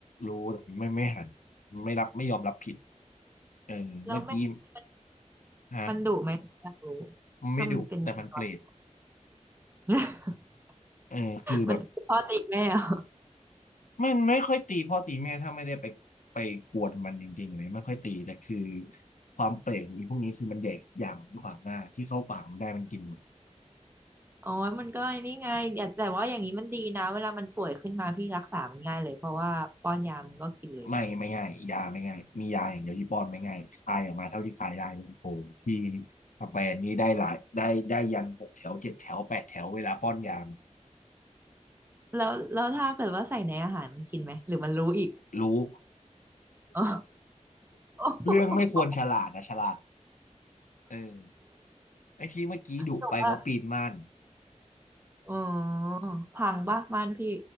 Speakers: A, on the left; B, on the right.
A: รู้แต่ไม่ไม่หันไม่รับไม่ยอมรับผิดเออเมื่อกี้
B: แล้วแมวนี่มัน
A: ฮะ
B: มันดุไหมอยากรู้
A: มันไม่ดุแต่มันเปรต
B: ถ้ามันเป็นแมวจร <laughs>
A: เออคือแบบ
B: มันพ่อตีแม่เหรอ
A: ไม่ไม่ค่อยตีพ่อตีแม่ถ้าไม่ได้ไปไปกวนมันจริงๆอะไรไม่ค่อยตีแต่คือความเปรตของไอพวกนี้คือมันแดกอย่างขวางหน้าที่เข้าปากมันได้มันกินหมด
B: อ๋อมันก็ไอ้นี่ไงแต่แต่ว่าอย่างนี้มันดีนะเวลามันป่วยขึ้นมาพี่รักษามันง่ายเลยเพราะว่าป้อนยามันก็กินเลย
A: ไม่ไม่ง่ายยาไม่ง่ายมียาอย่างเดียวที่ป้อนไม่ง่ายคายออกมาเท่าที่คายได้เลยโอ้โหที่กาแฟนี้ได้หลายได้ได้ยันหกแถวเจ็ดแถวแปดแถวเวลาป้อนยามัน
B: แล้วแล้วถ้าเกิดว่าใส่ในอาหารมันกินไหมหรือมันรู้อีก
A: รู้
B: อ๋อ <laughs>
A: เรื่องไม่ควรฉลาดนะฉลาดเออไอ้ที่เมื่อกี้ดุไปเพราะปีนม่าน
B: แบบว่าอ๋อพังปะม่านพี่